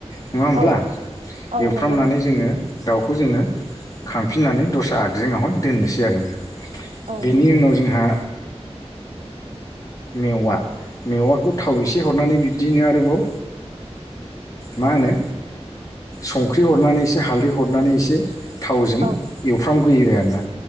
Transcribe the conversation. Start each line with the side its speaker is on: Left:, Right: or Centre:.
Left: नङा होमब्ला
Right: औ औ
Left: एवफ्रामनानै
Right: नंगौ नों-
Left: जोङो। दाउखौ जोङो खांफिननानै दस्रा आइजेंआवहाय दोननोसै आरोना।
Right: औ
Left: बेनि
Right: नंगौ
Left: उनाव जोंहा मेवा मेवाखौ थाव एसे हरनानै बिब्दिनो ओ आरोबाव मा होनो संख्रि हरनानै एसे हालदै हरनानै एसे थावजों
Right: औ
Left: एवफ्रामग्रोयो आरोना